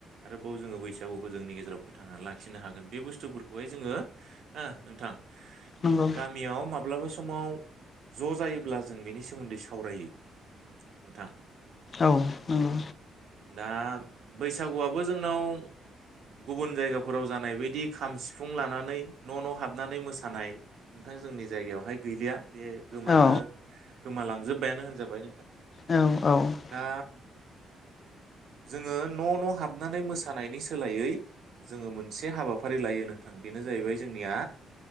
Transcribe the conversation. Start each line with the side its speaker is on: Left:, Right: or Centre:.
Right: आरोबाव जोंङो बैसागुखौ जोंनि गेजेराव फोथांनानै लाखिनो हागोन बे बुस्थुफोरखौहाय जोंङो ओ नोंथां
Left: नंगौ
Right: गामियाव माब्लाबा स समाव ज' जायोब्ला जों बेनि सोमोन्दै सावरायो नोंथां।
Left: औ नंगौ
Right: दा बैसागुआबो जोंनाव गुबुन जायगाफोराव जानाय बदि खाम सिफुं लानानै न' न' हाबनानै मोसानाय नोंथां जोंनि जायगायावहाय गैलिया बे गोमानो
Left: औ
Right: गोमालांजोबबायानो होनजाबाय
Left: औ औ
Right: दा जोंङो न' न' हाबनानै मोसानायनि सोलायै जोंङो मोनसे हाबाफारि लायो नोंथां बेनो जाहैबाय जोंनिया